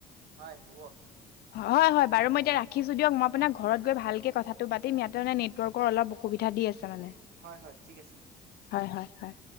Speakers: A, on the right; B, on the left.
A: হয় হব।
B: হয় হয় বাৰু মই এতিয়া ৰাখিছো দিয়ক মই আপোনাক ঘৰত গৈ ভালকে কথাটো পাতিম ইয়াতে মানে নেটৱৰ্কৰ অলপ অসুবিধা দি আছে। বুজিছা নে নাই
A: হয় হয় ঠিক আছে।
B: হয় হয় হয়।